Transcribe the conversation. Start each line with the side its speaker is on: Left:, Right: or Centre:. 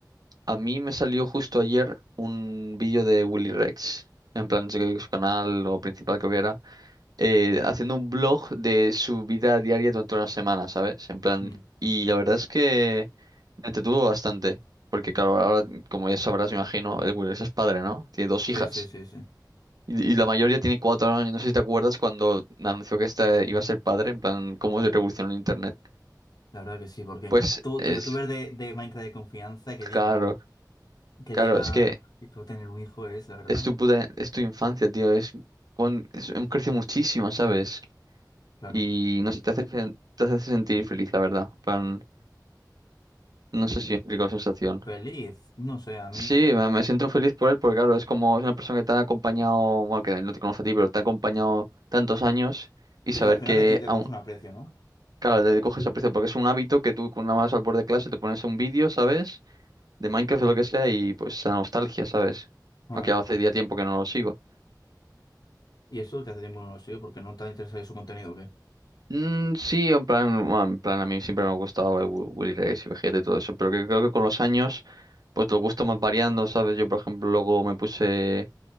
Right: A mí me salió justo ayer un vídeo de Willy Rex, en plan su su canal o principal creo que era, eh, haciendo un blog de su vida diaria durante una semana, ¿sabes? En plan...
Left: Mm.
Right: Y la verdad es que me entretuvo bastante. Porque claro, ahora, como ya sabrás, me imagino, el Willy Rex es padre, ¿no? Tiene dos hijas.
Left: Sí, sí, sí, sí.
Right: Y, y la mayoría tiene cuatro años. No sé si te acuerdas cuando anunció que esta iba a ser padre, en plan, cómo se revolucionó el internet.
Left: La verdad que sí, porque
Right: Pues
Left: tu
Right: es,
Left: tu youtuber de, de Minecraft de confianza que
Right: claro,
Left: diga, que
Right: claro,
Left: diga
Right: es que
Left: que va a tener un hijo es, la verdad.
Right: es tu puta, es tu infancia, tío. Es, con, es, crece muchísimo, ¿sabes?
Left: Claro.
Right: Y no sé, te hace, fe- te hace sentir feliz, la verdad. En plan, no sé si explico la sensación.
Left: Feliz, no sé, a mí.
Right: Sí, me, me siento
Left: bueno
Right: feliz por él, porque claro, es como es una persona que te ha acompañado, bueno, que no te conoce a ti, pero te ha acompañado tantos años y saber
Left: Sí, que al final
Right: que
Left: le, ti- le
Right: aun-
Left: coges un aprecio, ¿no?
Right: Claro, le coges aprecio porque es un hábito que tú con una más al borde de clase te pones un vídeo, ¿sabes? De Minecraft o lo que sea y pues la nostalgia, ¿sabes?
Left: Ah,
Right: Aunque hace ya tiempo que no lo sigo.
Left: Y eso que hace tiempo no lo sigue porque no te ha interesado su contenido, ¿o ¿qué?
Right: Mm, sí, en plan, bueno, en plan a mí siempre me ha gustado eh, Wi- Willy Rex y Vegeta y todo eso, pero que creo que con los años pues los gustos más variando, ¿sabes? Yo por ejemplo luego me puse